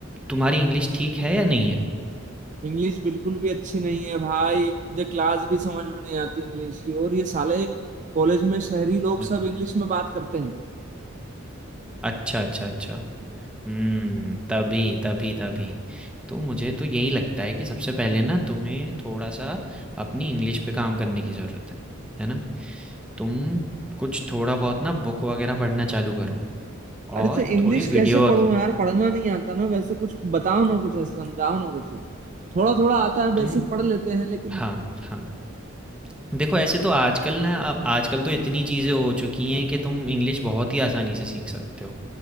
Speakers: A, in the centre; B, on the right (about 35°).
A: तुम्हारी इंग्लिश ठीक है या नहीं है?
B: इंग्लिश बिल्कुल भी अच्छी नहीं है भाई मुझे क्लास भी समझ में नहीं आती इंग्लिश की और ये साले कॉलेज में शहरी लोग
A: हुँ।
B: सब इंग्लिश में बात करते हैं
A: अच्छा, अच्छा, अच्छा। हुँ, तभी, तभी, तभी। तो मुझे तो यही लगता है कि सबसे पहले ना तुम्हें थोड़ा-सा अपनी इंग्लिश पे काम करने की ज़रूरत है। है ना? तुम कुछ थोड़ा बहुत ना बुक वगैरह पढ़ना चालू करो
B: अरे
A: और
B: तो इंग्लिश
A: थोड़ी वीडियो
B: कैसे
A: वग-
B: पढूं यार पढ़ना नहीं आता ना वैसे कुछ बताओ ना कुछ ऐसे समझाओ ना कुछ थोड़ा थोड़ा आता है बेसिक
A: तुम
B: पढ़ लेते हैं लेकिन
A: हाँ हाँ देखो ऐसे तो आजकल ना अब आजकल तो इतनी चीज़ें हो चुकी हैं कि तुम इंग्लिश बहुत ही आसानी से सीख सकते हो